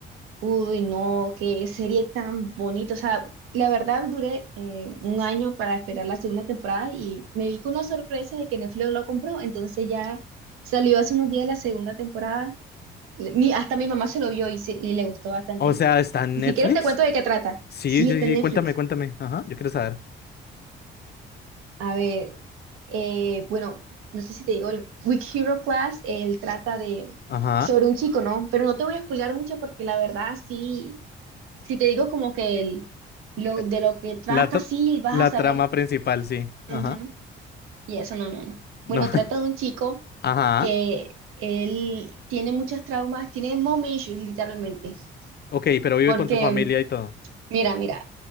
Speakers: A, on the right (about 80°); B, on the left (about 50°).
A: Uy, no, qué serie tan bonita. O sea, la verdad duré eh, un año para esperar la segunda temporada y me vi con la sorpresa de que Netflix lo compró, entonces ya salió hace unos días la segunda temporada Mi, hasta mi mamá se lo vio y, se- y le gustó bastante.
B: O sea, ¿está en
A: Y
B: Netflix?
A: si quieres te cuento de qué trata.
B: Sí,
A: Sí,
B: sí,
A: está
B: sí,
A: en Netflix.
B: cuéntame, cuéntame. Ajá, yo quiero saber.
A: A ver, eh, bueno, no sé si te digo, el Weak Hero Class, él trata de
B: Ajá.
A: sobre un chico, ¿no? Pero no te voy a spoilear mucho porque la verdad sí, si te digo como que el, lo,
B: eh,
A: de lo que trata,
B: La, tra-
A: sí, vas
B: la
A: a saber.
B: trama principal, sí.
A: Ujú.
B: Ajá.
A: Y eso no, no, no. Bueno,
B: No. <laughs>
A: trata de un chico
B: Ajá.
A: que él tiene muchos traumas, tiene mom issues literalmente.
B: Ok, pero vive
A: Porque,
B: con su familia y todo.
A: mira, mira,